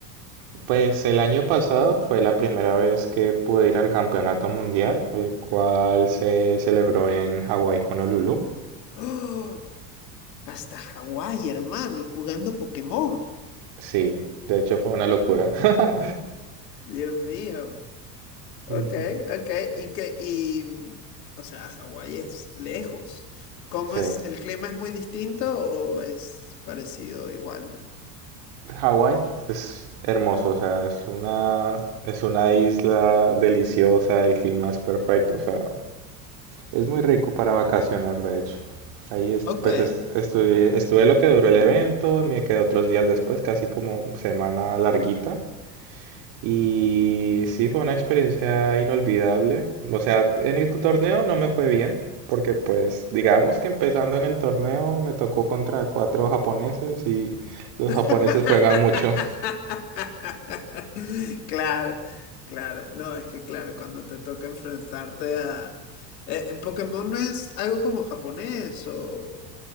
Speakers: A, on the right (about 60°); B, on the left (about 80°).
A: Pues el año pasado fue la primera vez que pude ir al campeonato mundial, el cual se celebró en Hawái, Honolulu.
B: <gasps> ¡Oh! Hasta Hawái, hermano, jugando Pokémon.
A: Sí, de hecho fue una locura. <laughs>
B: Dios mío. Ok,
A: Ujú,
B: ok. Y que, y, mm, o sea, Hawái es lejos. ¿Cómo
A: Sí,
B: es? ¿El clima es muy distinto o es parecido igual?
A: Hawái es hermoso, o sea, es una, es una isla deliciosa, el clima es perfecto, o sea, es muy rico para vacacionar, de hecho. Ahí estu-
B: Ok,
A: pues est- estuve, estuve lo que duró el evento, me quedé otros días después, casi como semana larguita. Y sí, fue una experiencia inolvidable. O sea, en el torneo no me fue bien, porque pues digamos que empezando en el torneo me tocó contra cuatro japoneses y los
B: <laughs>
A: japoneses juegan mucho.
B: Claro, claro. No, es que claro, cuando te toca enfrentarte a... Eh, eh, Pokémon no es algo como japonés o,